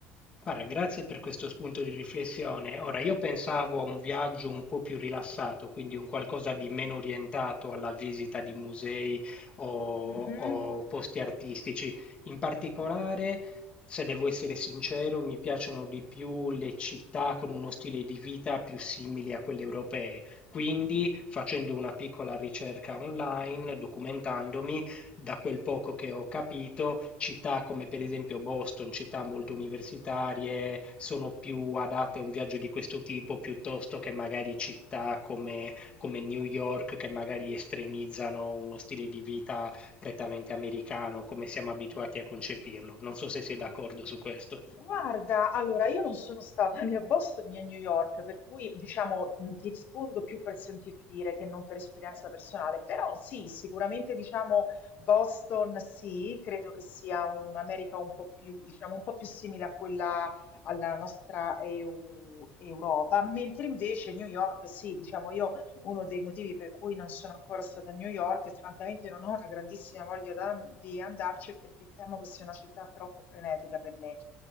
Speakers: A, on the left; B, on the left.
A: Guarda, grazie per questo spunto di riflessione. Ora, io pensavo a un viaggio un po' più rilassato, quindi un qualcosa di meno orientato alla visita di musei o,
B: Mhm.
A: o posti artistici. In particolare, se devo essere sincero, mi piacciono di più le città con uno stile di vita più simile a quelle europee. Quindi, facendo una piccola ricerca online, documentandomi, da quel poco che ho capito, città come per esempio Boston, città molto universitarie, sono più adatte a un viaggio di questo tipo piuttosto che magari città come, come New York, che magari estremizzano uno stile di vita prettamente americano, come siamo abituati
B: Mm.
A: a concepirlo. Non so se sei d'accordo su questo.
B: Guarda, allora io non sono stata né a Boston né a New York, per cui diciamo mh, ti rispondo più per sentito dire che non per esperienza personale, però sì, sicuramente diciamo Boston sì, credo che sia un'America un po' più, diciamo, un po' più simile a quella alla nostra EU Europa, mentre invece New York sì, diciamo io uno dei motivi per cui non sono ancora stata a New York e francamente non ho una grandissima voglia da- di andarci è perché temo che sia una città troppo frenetica per me.